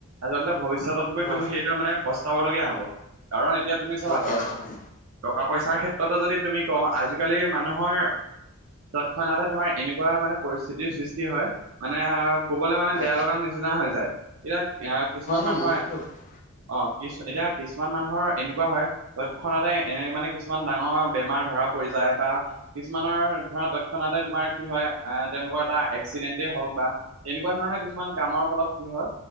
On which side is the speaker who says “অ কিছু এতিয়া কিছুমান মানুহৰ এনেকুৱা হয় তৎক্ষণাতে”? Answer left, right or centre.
Right